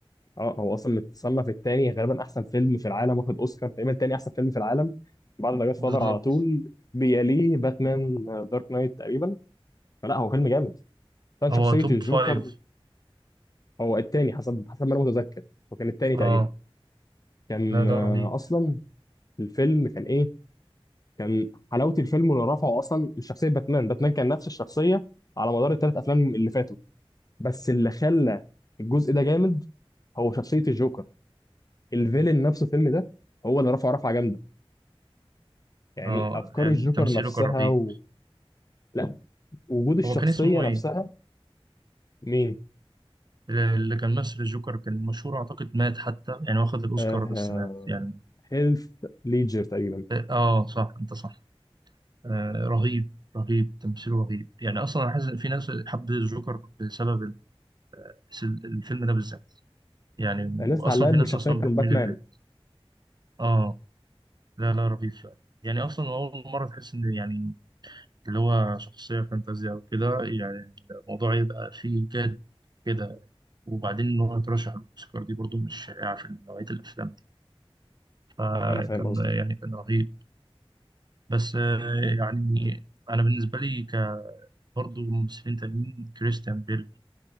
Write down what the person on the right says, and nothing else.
بالظبط
هو توب
فايف
آه
لا ده
رهيب
اه
يعني
تمثيله
كان رهيب
هو كان اسمه
ايه
اللي كان مثل الجوكر كان مشهور اعتقد مات حتى يعني واخد الاوسكار
بس مات يعني
اه آه، صح انت صح آه رهيب رهيب تمثيله رهيب يعني اصلا انا حاسس إن في ناس حبت الجوكر بسبب ال- الفيلم ده بالذات يعني
واصلا
في
ناس اصلا
بتميل
للفيلم اه لا لا رهيب فعلا يعني اصلا اول مره تحس ان يعني اللي هو شخصية فانتازيا وكده يعني الموضوع يبقى فيه جد كده وبعدين إن هو يترشح للأوسكار دي برضو مش شائعة في نوعية الأفلام دي فكان
يعني كان رهيب بس آه، يعني أنا بالنسبة لي ك- برضو ممثلين تانيين كريستيان بيل